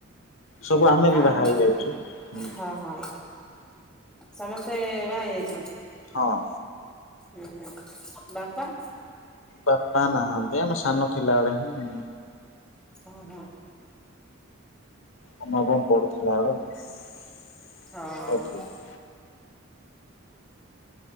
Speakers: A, on the left (about 70°); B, in the centre.
A: ସବୁ ଆମେ ବି
B: ଆମ୍,
A: ବାହା ହେଇଯାଇଛୁ ହୁଁ
B: ହଁ ହଁ। ସମସ୍ତେ ବାହା ହେଇ ଯାଇଚନ୍ତି?
A: ହଁ।
B: ଉଁ ହୁଁ ବାପା?
A: ବାପା ନାହାନ୍ତି ଆମେ ସାନ ଥିଲା ବେଳେ ହୁଁ।
B: ଓହୋ।
A: ତମର କଣ ପଡୁଥିଲା ଆଡେ <unintelligible>
B: ହଁ।